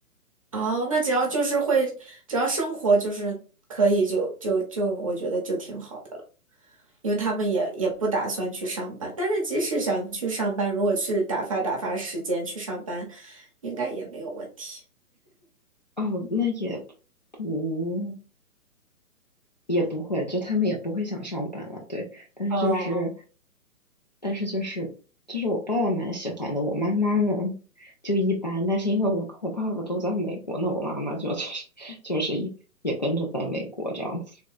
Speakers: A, on the right (about 25°); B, on the left (about 30°).
A: 哦，那只要就是会，只要生活就是可以就，就就我觉得就挺好的了，因为他们也也不打算去上班。但是即使想去上班，如果去打发打发时间去上班，应该也没有问题。
B: 哦，那也不也不会，就他们也不会想上班了，对。但是就是，
A: 哦
B: 但是就是，就是我爸爸蛮喜欢的，我妈妈呢就一般。但是因为我跟我爸爸都在美国，那我妈妈就 <laughs> 就是就是也也跟着在美国这样子。